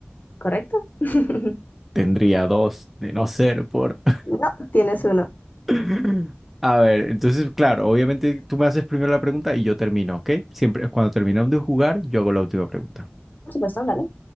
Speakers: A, on the left; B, in the centre.
A: ¿Correcto? <laughs>
B: tendría dos de no ser por.
A: No, tienes uno.
B: <laughs> A ver, entonces, claro, obviamente tú me haces primero la pregunta y yo termino, ¿ok? Siempre, cuando terminamos de jugar, yo hago la última pregunta.
A: Por supuesto, dale.